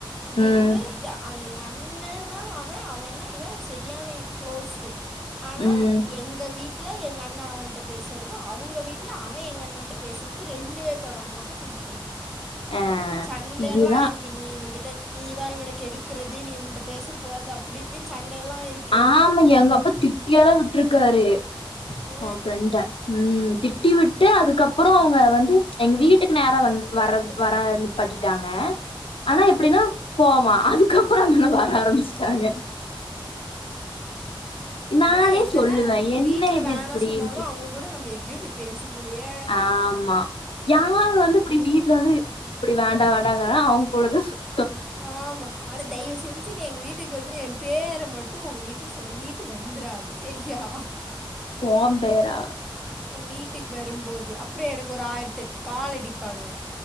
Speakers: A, in the centre; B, on the left (about 75°).
A: அப்டி
B: ம்
A: இருந்து எங்க அண்ணனா அவன் அவனா அவனா இவ சரியான குள்ளோஸு ஆனா
B: ம்
A: எங்க வீட் வீட்ல எங்க அண்ணா அவன்ட்ட பேசுறது அவுங்க வீட்டல அவன் எங்க அண்ணன்ட்ட பேசுறது ரெண்டு பேத்தோட அம்மாவுக்கு புடிக்காது
B: ஆ
A: சண்டயல்லா
B: இதுதா
A: ஆயிருக் கு நீ இவ கிட்ட நீதா இவக்கு கெடுக்குறது நீ இவன்ட்ட பேசக்கூடாது அப்டி இப்டின்னு சண்டயல்லா ஆயிருக்
B: ஆமா எங்க அப்பா திட்டியல்லா விட்டுருக்காரு
A: ஆ
B: அவ ஃப்ரெண்ட ம் திட்டி விட்டு அதுக்கப்றோ அவுங்க வந்து எங்க வீட்டுக்கு நேரா வந் வர்றது வரா நிப்பாட்டிட்டாங்க ஆனா எப்டின்னா
A: ஆ
B: போவா அதுக்கப்றோ அந்த அண்ண வர ஆரம்பிச்சிட்டாங்க நானே
A: ஆனா என்னதா
B: சொல்லுவே என்ன
A: வீட்ல
B: இது
A: வேணா
B: இப்டின்ட்டு
A: சொன்னாலு அவுங் கூட நம்ம எப்டியோ போய் பேசிருவோயே
B: ஆமா யார் வந்து இப்டி வீட்ல வந்து இப்டி வேண்டா வேண்டாங்கன்னா அவுங்க கூடதா சுத்
A: ஆமா ஆனா தயவு செஞ்சு நீ எங்க வீட்டுக்கு வருபோ எ பேர மட்டு உங்க வீட்ல சொல்லிட்டு வந்துராத செரியா
B: ஓ பேரா
A: எ வீட்டுக்கு வருபோது அப்றோ எனக்கு ஒரு ஆயிரத்து எட்டு கால் அடிப்பாங்க